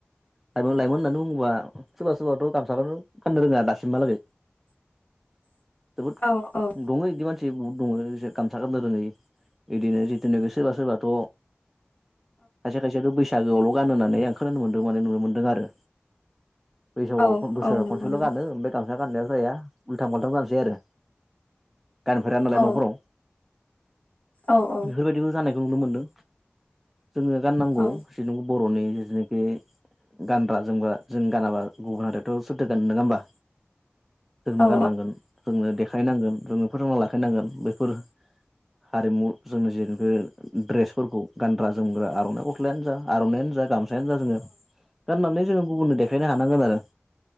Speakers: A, in the centre; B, on the left.
A: लाइमोन लाइमोन होननानै बुङोबा सोरबा सोरबाथ' गामसाखौनो गाननो रोङा दासिमहालागै
B: <inaudible>
A: जोबोद
B: औ
A: दङ बिदि मानसि बहुद दङ जे गामसा गाननो रोङै बिदिनो जिथुनाखि सोरबा सोरबाथ' खायसे खायसेयाथ' बै बैसागोआवल' गाननानै आं खोनानो मोन्दों माने नुनो मोन्दों आरो बैसागोआव
B: औ
A: बोसोराव
B: औ नंगौ
A: खनसेल'
B: नोंथां
A: गानो ओमफ्राय गामसा गाननायानो जाया उल्थां फाल्थां जानोसै आरो। गानफेरा नालाय
B: औ
A: न'फोराव
B: औ
A: बेफोरबायदिबो जानायखौ नुनो मोनदों जोङो गाननांगौ
B: औ
A: जेनु बर'नि जिनाखि गानग्रा जोमग्रा जों गानाबा गुबुन हारियाथ' सोरथो गाननो नङा होमबा जोंनो
B: औ
A: गाननांगोन जोंनो देखायनांगोन जोंनो फोथांना लाखिनांगोन बेफोर हारिमु जोंनि जेखि दड्रेसफोरखौ गानग्रा जोमग्रा आर'नाइ गस्लायानो जा आर'नायइानो जा गामसा यानो जा जोङो गाननानै जोङो गुबुननो देखायनो हानांगोन आरो